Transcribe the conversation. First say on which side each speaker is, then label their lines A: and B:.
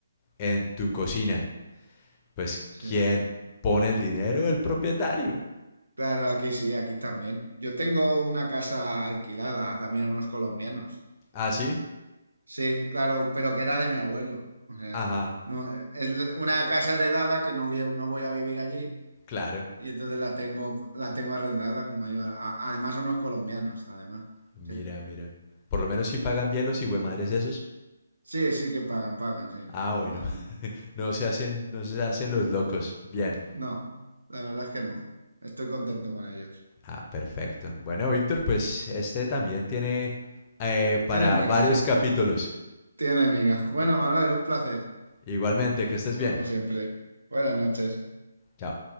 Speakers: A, on the left; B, on the right.
A: en tu cocina. Pues,
B: Sí.
A: ¿quién pone el dinero? El propietario.
B: Claro, aquí sí, aquí también. Yo tengo una casa alquilada también a unos colombianos.
A: ¿Ah, sí?
B: Sí, claro, pero que era de mi abuelo. O sea,
A: Ajá,
B: no, es una casa heredada que no, vi- no voy a vivir allí
A: claro.
B: y entonces la tengo, la tengo arrendada, como digo. A- además son los colombianos, además.
A: Mira,
B: Sí,
A: mira. Por lo menos si pagan
B: sí,
A: bien los madres esos.
B: sí, sí que pagan, pagan, sí.
A: Ah, bueno.
B: No,
A: <laughs> No se hacen, no se hacen los locos. Bien.
B: no, la verdad es que no. Estoy contento con ellos.
A: Ah, perfecto. Bueno, Víctor, pues este también tiene eh, para
B: Tiene miga,
A: varios
B: sí,
A: capítulos.
B: tiene miga. Bueno, Manuel, un placer,
A: Igualmente, que estés bien.
B: como siempre. Buenas noches.
A: Chao.